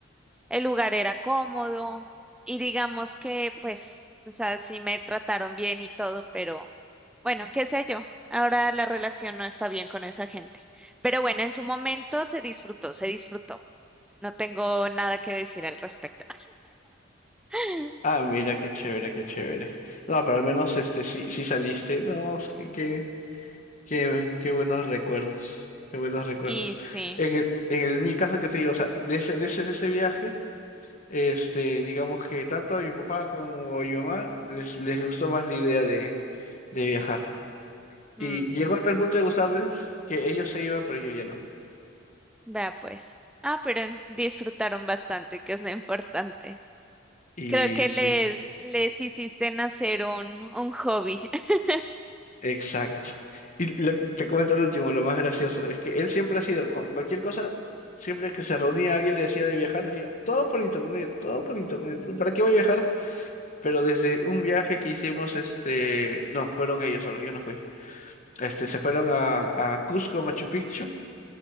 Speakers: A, in the centre; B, on the left.
A: El lugar era cómodo y digamos que, pues, o sea, sí me trataron bien y todo, pero bueno, qué sé yo. Ahora la relación no está bien con esa gente. Pero bueno, en su momento se disfrutó, se disfrutó. No tengo nada que decir al respecto. <laughs>
B: Ah, mira, qué chévere, qué chévere. No, pero al menos este sí, sí saliste. No, es que- qué, qué, qué, buenos recuerdos. Qué buenos recuerdos.
A: Y sí,
B: En el, en el- mi caso que te digo, o sea, de ese, de ese, de ese viaje, este, digamos que tanto a mi papá como a mi mamá les, les gustó más la idea de, de viajar. Y
A: mm,
B: llegó hasta el punto de gustarles que ellos se iban, pero yo ya no.
A: vea pues. Ah, pero disfrutaron bastante, que es lo importante.
B: Y
A: Creo que
B: sí.
A: les, les hiciste nacer un, un hobby. <laughs>
B: Exacto. Y lo- te comento lo último, lo más gracioso, es que él siempre ha sido, cuan- cualquier cosa, siempre que se reunía alguien le decía de viajar, decía, todo por internet, todo por internet, ¿para qué voy a viajar? Pero desde un viaje que hicimos, este, no, fueron ellos solos, yo no fui, este, se fueron a, a Cusco, Machu Picchu,